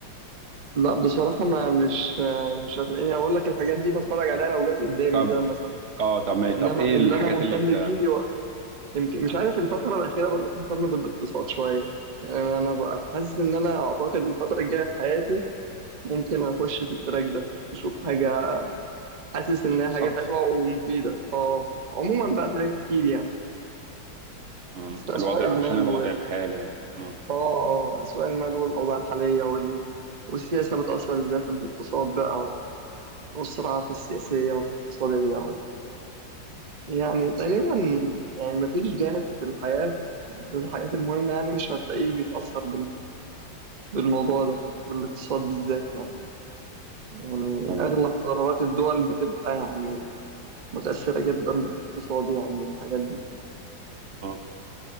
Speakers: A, on the right; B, on the right.
A: لا بصراحة ما مش آه مش هتلاقيني اقول لك الحاجات دي بتفرج عليها لو جت قدامي
B: طب
A: كده مثلا
B: اه طب ما
A: انما
B: طب ايه
A: اللي
B: الحاجات
A: انا مهتم
B: اللي بت
A: بيه يمكن مش
B: ها؟
A: عارف الفترة الأخيرة بدأت أهتم بالاقتصاد شوية يعني أنا بقى حاسس إن أنا أعتقد الفترة الجاية في حياتي ممكن أخش في التراك ده أشوف حاجة حاسس إنها
B: الاقتصاد
A: حاجة حلوة ومفيدة أه عموما بقى في حاجات كتير يعني
B: مم.
A: بس أسواق
B: الوضع
A: المال
B: عشان الوضع
A: وال
B: الحالي يعني مم.
A: أه آه، أسواق المال والأوضاع الحالية وال... والسياسة بتأثر إزاي في الاقتصاد بقى و... والصراعات السياسية والاقتصادية وال... يعني تقريبا يعني مفيش جانب في الحياة الحاجات المهمة يعني مش هتلاقيه بيتأثر بالموضوع ده بالاقتصاد بالذات يعني يعني
B: تمام
A: أغلب قرارات الدول بتبقى يعني متأثرة جدا بالاقتصاد يعني والحاجات دي
B: اه